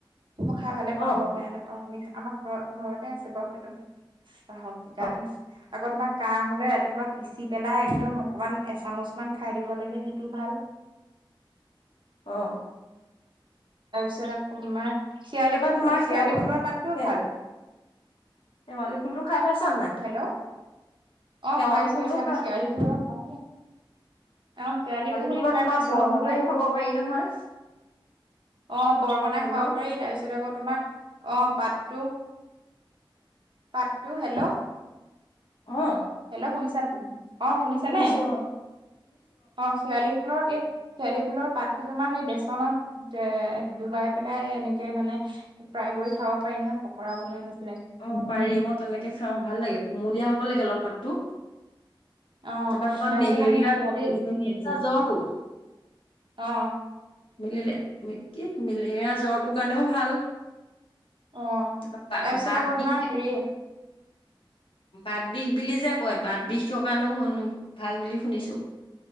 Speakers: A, on the right; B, on the left.
A: মই খাই ভালে
B: অ
A: পাওঁ বেয়া নাপাওঁ আমি। আমাৰ ঘৰ ঘৰতে আছে বাৰ সেইটো বাহক তিতাতো
B: অ
A: আকৌ তোমাৰ কাহ হলে ৰাতিপুৱা। পিচি পেলাই একদম অকমান এচামুচমান খাই দিব লাগে সেইটোও ভাল।
B: অহ।
A: তাৰপিছত আকৌ তোমাৰ চিয়লি
B: তাৰপৰা
A: ফুল
B: তোমাৰ
A: চিৰালি
B: সেৱা
A: ফুলৰ পাতটোও
B: সে
A: ভাল।
B: শেৱালি ফুলটো খাই পাইছা নাই।
A: হেল্ল' অ
B: শেৱালি
A: পাইছো
B: ফুলটো
A: পইছো আমি
B: খাই
A: শেৱালী ফোলৰ। আহ শেৱালি ফুল
B: ফুলৰ
A: খাই
B: তোমাৰ
A: পাইছো
B: বৰ
A: অ সেইটো।
B: বনাইও খাব পাৰি নহয়
A: অ বৰ বনাই
B: হেল্ল'
A: খাব পাৰি তাৰপিছত আকৌ তোমাৰ আহ পাতটো। পাতটো হেল্ল'।
B: অ।
A: হেল্ল' শুনিছানে অ শুনিছানে
B: শুনিছো অ
A: অ শেৱালি। ফুলৰ এই শেৱালি ফুলৰ পাততো তোমাৰ সেই বেচনত এ ডুবাই পেলাই এনেকে মানে। ফ্ৰাই কৰি খাব পাৰি নহয় পকৰা বনোৱা নিচিনা।
B: অ পাৰি মই তেনেকে খাওঁ ভাল লাগে কুমলীয়া হব লাগে অলপ পাততো।
A: অ
B: তাৰপৰা তোমাৰ
A: তাৰপিছত
B: মেলেৰিয়া
A: সেই শেৱালি
B: মেলেৰিয়া জ্বৰটো।
A: অ
B: মেলেৰিয়া কি মেলেৰিয়াৰ জ্বৰটোৰ কাৰণেও ভাল।
A: অ তাৰপিছত
B: তাৰপৰা বাত
A: আকৌ
B: বিষ
A: তোমাৰ হেৰি।
B: বাত বিষ বুলি যে কয় বাত বিষ কাৰণো ভাল বুলি শুনিছো।